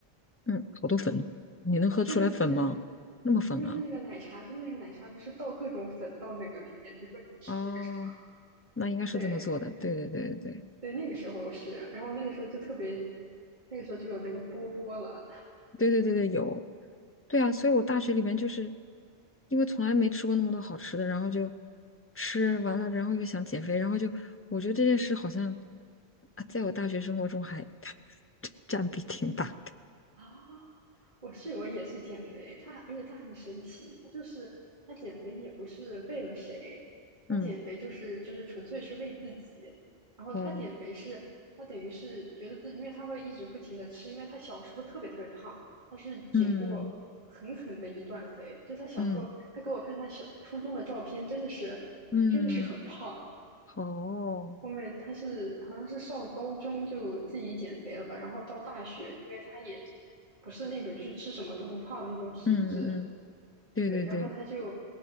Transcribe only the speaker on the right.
对对对，是，
不是就是那个奶茶，就是那个奶茶，不是倒各种粉到那个里面，比如说你吃那个什么，
对
对，那个时候是，然后那个时候就特别，那个时候就有那个波波了，
啊？我室友也是减肥，她而且她很神奇，她就是她减肥也不是为了谁，她减肥就是就是纯粹是为自己。
然后她减肥是她等于是觉得自己，
因为她会一直不停的吃，因为她小时候特别特别胖，她是减过狠狠的一段肥。
就她小时候，
她给我看她小初中的照片，真的是真的是很胖。
后面他是好像是上高中就自己减肥了吧，然后到大学，因为他也不是那种就是吃什么都不胖那种体质，
对，然后他就